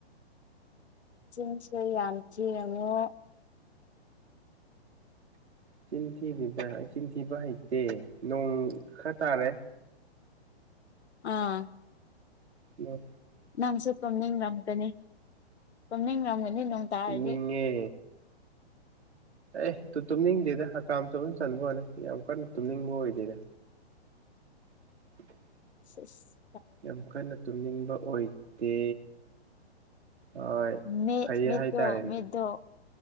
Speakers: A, on the left; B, on the right.
A: ꯆꯤꯟꯁꯨ ꯌꯥꯝ ꯆꯅ
B: ꯆꯤꯟꯊꯤꯕꯤꯗ ꯑꯩ ꯆꯤꯟꯊꯤꯕ ꯍꯩꯇꯦ ꯅꯣꯡ ꯈꯔ ꯇꯥꯔꯦ
A: ꯑꯥ
B: ꯎ
A: ꯅꯪꯁꯨ ꯄꯣꯝꯅꯤꯡꯔꯝꯒꯅꯤ ꯄꯝꯅꯤꯡꯔꯝꯒꯅꯤ ꯅꯤ ꯅꯣꯡ ꯇꯥꯔꯗꯤꯦ
B: ꯇꯨꯝꯅꯤꯡꯉꯦ ꯑꯦ ꯇꯨꯝꯅꯤꯡꯗꯦꯗ ꯍꯀꯥꯝ ꯆꯅ ꯆꯟꯕ ꯋꯥꯅꯤ ꯌꯥꯝ ꯀꯟꯅ ꯇꯨꯝꯅꯤꯡꯕ ꯑꯣꯏꯗꯣꯏꯗ <inaudible>
A: ꯁꯤꯦꯁ
B: ꯌꯥꯝ ꯀꯟꯅ ꯇꯨꯝꯅꯤꯡꯕ ꯑꯣꯏꯗꯦ ꯍꯣꯏ
A: ꯃꯤ
B: ꯐꯩꯌꯦ
A: ꯃꯤꯠꯇꯣ
B: ꯍꯥꯏꯇꯥꯔꯦꯅꯦ
A: ꯃꯤꯠꯇꯣ